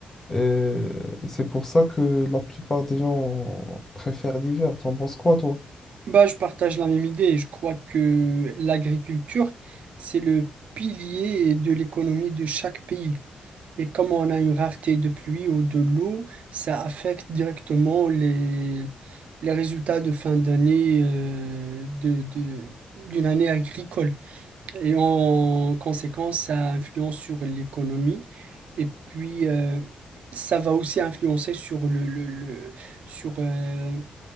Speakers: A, on the left (about 15°); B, on the right (about 60°).
A: Euh, c'est pour ça que la plupart des gens préfèrent l'hiver. T'en penses quoi, toi?
B: Bah, je partage la même idée. Je crois que l'agriculture, c'est le pilier de l'économie de chaque pays. Et comme on a une rareté de pluie ou de l'eau, ça affecte directement les, les résultats de fin d'année euh, de, de- d'une année agricole. Et en conséquence, ça influence sur l'économie. Et puis, euh, ça va aussi influencer sur le, le- le- sur, euh,